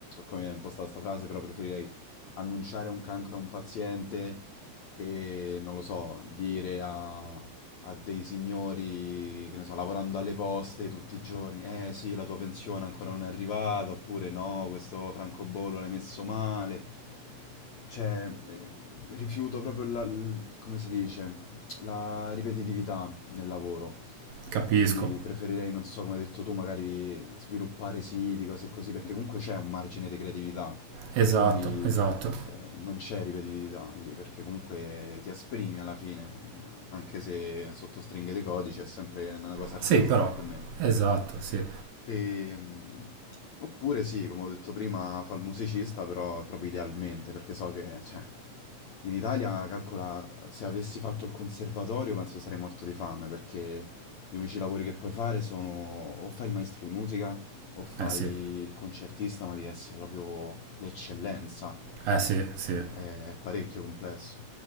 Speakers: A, on the left (about 70°); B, on the right (about 60°).
A: come è impostata sta frase, però preferirei annunciare un cancro a un paziente che, non lo so, dire a, a dei signori, che ne so, lavorando alle poste tutti i giorni, eh sì, la tua pensione ancora non è arrivata, oppure no, questo francobollo l'hai messo male. Cioè, eh, rifiuto proprio la, l- come si dice? la ripetitività nel lavoro,
B: Capisco.
A: quindi preferirei, non so come hai detto tu, magari sviluppare siti, cose così, perché comunque c'è un margine di creatività,
B: Esatto,
A: quindi
B: esatto.
A: eh, non c'è ripetitività lì, perché comunque ti esprimi alla fine, eh, anche se sotto stringhe di codice è sempre una cosa artistica
B: Sì, però.
A: più o meno.
B: Esatto, sì.
A: Ehm, oppure sì, come ho detto prima, fa il musicista, però proprio idealmente, perché so che, cioè, in Italia, calcola, se avessi fatto il conservatorio penso sarei morto di fame, perché gli unici lavori che puoi fare sono o fai il maestro di musica o fai
B: Eh sì.
A: il concertista, ma devi essere proprio l'eccellenza.
B: Eh sì, sì.
A: È è parecchio complesso.